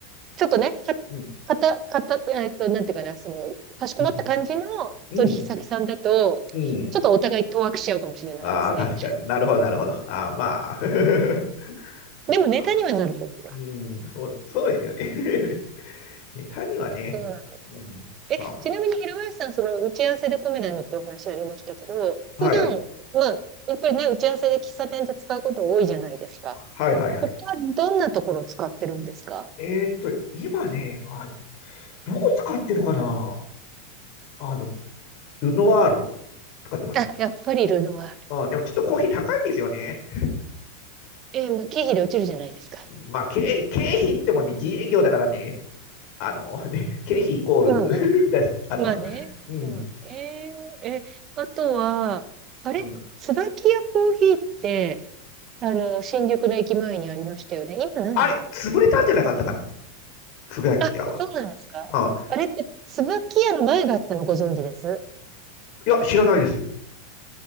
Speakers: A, on the right (about 35°); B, on the left (about 55°).
A: ちょっとね、か、
B: うん。
A: かた、かた、えっと、なんていうかな、その、かしこまった感じの
B: うん。うん。
A: 取引先さんだと、
B: うん
A: ちょっとお互い当惑しちゃうかもしれないですね。
B: ああ、確かに。なるほど、なるほど。ああ、まあ。<laughs> そっか。
A: でもネタにはなると思う。
B: うん、そう、そうですよね。<laughs> ネタはね、
A: そうなんだ
B: うん、
A: え、
B: まあ、
A: ちなみに、平林さん、その、打ち合わせでコメダにってお話ありましたけど、
B: はい、
A: 普段、まあ、やっぱりね、打ち合わせで喫茶店で使うこと多いじゃないですか。
B: はいはいはい。
A: 他どんなところを使ってるんですか
B: えーっと、今ね、あの、どこ使ってるかなあの、ルノワールとか使ってますね。
A: あ、やっぱりルノワー
B: うん、でもちょっとコーヒー高いんですよね。
A: ル。えーまあ、経費で落ちるじゃないですか。
B: まあ、経、経費ってもね、自営業だからね、あのね、経費イコール
A: うん、
B: <laughs> です、あの、
A: まあね。まあね。
B: うん、
A: うんえーえ、あとは、あれ椿屋コーヒーって、
B: うん。
A: あの、新宿の駅前にありましたよね。今ないのかな
B: あれ、潰れたんじゃなかったかなつぶやき屋は。
A: あ、そうなんですかあれって、
B: うん
A: 椿屋の前があったのご存知です
B: いや、知らないです。